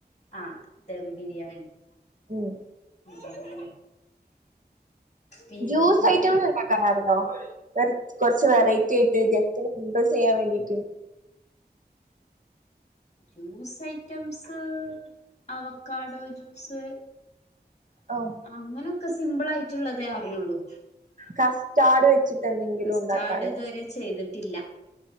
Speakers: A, on the left (about 40°); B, on the right (about 50°).
A: ആഹ് ദം ബിരിയാണി
B: ഉം
A: <unintelligible> പിന്നെ
B: ജ്യൂസ് ഐറ്റംസ്ണ്ടാക്കാനറിയോ കൊറ കൊറച്ച് വെറൈറ്റ്യായിട്ട് ഗസ്റ്റ്നെ ഇപ്പ ചെയ്യാൻ വേണ്ടിട്ട്
A: ജ്യൂസ് ഐറ്റംസ് അവക്കാഡോ ജ്യൂസ്
B: ഓ
A: അങ്ങനൊക്കെ സിമ്പിളായിറ്റ്ള്ളതേ അറിയൊള്ളൂ
B: കസ്റ്റാർഡ് വെച്ചിട്ട് എന്തെങ്കിലും
A: കസ്റ്റാർഡ്
B: ഉണ്ടാക്കാറ്‌യോ?
A: ഇതുവരെ ചെയ്തിട്ടില്ല